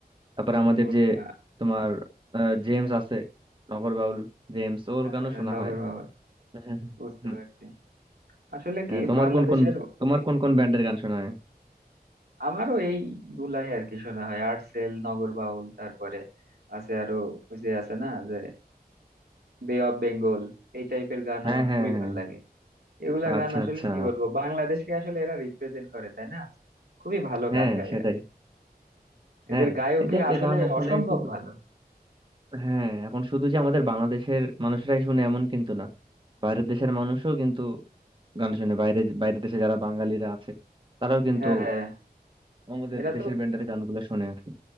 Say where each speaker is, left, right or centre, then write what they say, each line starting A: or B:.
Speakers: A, on the right (about 30°); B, on the right (about 75°).
A: তারপরে আমাদের
B: তুমি
A: যে
B: আহ,
A: তোমার আহ, জেমস আছে নগর বাউল জেমস ওর
B: আহ,
A: গানও শোনা
B: নগর
A: হয়
B: বাউল
A: হ্যাঁ,
B: বুঝতে
A: হ্যাঁ,
B: পারছি আসলে
A: হ্যাঁ,
B: কি
A: তোমার
B: বাংলাদেশের
A: কোন কোন তোমার কোন কোন ব্যান্ডের গান শোনা হয়
B: আমারও এই গুলাই আর কি শোনা হয় আর্টসেল নগর বাউল তারপরে আছে আরো ওই যে আছে না যে বে অফ বেঙ্গল এই টাইপের গান
A: হ্যাঁ
B: আমার
A: হ্যাঁ
B: খুবই
A: হ্যাঁ
B: ভালো লাগে এগুলা
A: আচ্ছা
B: গান আসলে
A: আচ্ছা
B: কি বলবো বাংলাদেশকে আসলে এরা রিপ্রেজেন্ট করে তাই না খুবই ভালো
A: হ্যাঁ
B: গান গায়
A: সেটাই
B: এরা এদের
A: হ্যাঁ
B: গায়কই
A: এদের
B: আসলে
A: যে গান আসলে
B: অসম্ভব
A: শুধু
B: ভালো
A: হ্যাঁ এখন শুধু যে আমাদের বাংলাদেশের মানুষরাই শুনে এমন কিন্তু না বাইরের দেশের মানুষও কিন্তু গান শুনে বাইরে বাইরের দেশে যারা বাঙালিরা আছে তারাও কিন্তু
B: হ্যাঁ হ্যাঁ।
A: আমাদের
B: এরা
A: দেশের
B: তো
A: ব্যান্ডের গানগুলো শুনে আর কি